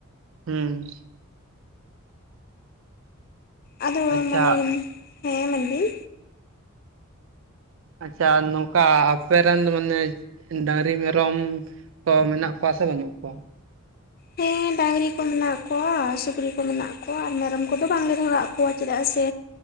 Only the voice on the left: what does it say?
ᱟᱫᱚ
ᱢᱟᱱᱮ, ᱦᱮᱸ ᱢᱮᱱᱵᱤᱱ᱾
ᱦᱮᱸ ᱰᱟᱹᱝᱨᱤ ᱠᱚ ᱢᱮᱱᱟᱜ ᱠᱚᱣᱟ, ᱥᱩᱠᱨᱤ ᱠᱚ ᱢᱮᱱᱟᱜ ᱠᱚᱣᱟ ᱟᱨ ᱢᱮᱨᱚᱢ ᱠᱚᱫᱚ ᱵᱟᱝᱞᱮ ᱫᱚᱦᱚ ᱠᱟᱜ ᱠᱚᱣᱟ ᱾ ᱪᱮᱫᱟᱜ ᱥᱮ